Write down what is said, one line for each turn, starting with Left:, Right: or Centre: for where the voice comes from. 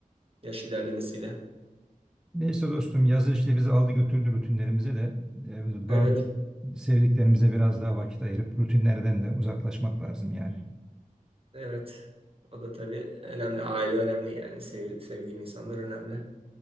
Right: yaş ilerlemesiyle.
Centre: Neyse dostum yazı işte bizi aldı götürdü rutinlerimize de e,
Right: Evet,
Centre: bazen sevdiklerimize biraz daha vakit ayırıp rutinlerden de uzaklaşmak lazım yani.
Right: evet. O da tabii önemli. Aile önemli yani. Sevil- sevdiğin insanlar önemli.